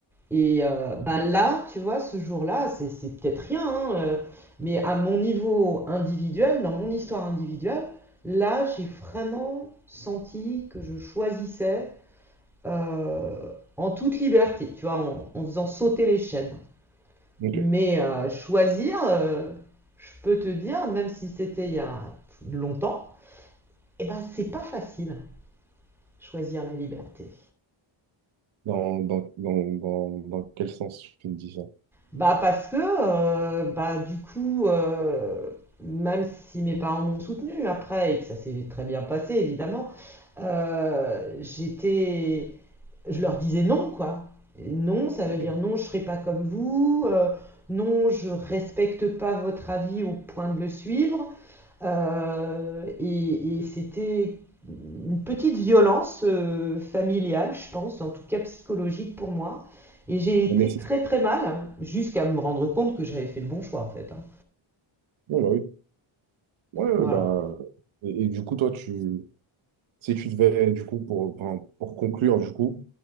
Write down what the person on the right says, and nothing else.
ok.
Dans, dans, dans, dans, dans quel sens tu me dis ça?
Ok.
Mais c'est...
Oui, bah oui. Ouais, ouais,
bah, et, et du coup, toi, tu, si tu devais, du coup, pour, enfin, pour conclure, du coup,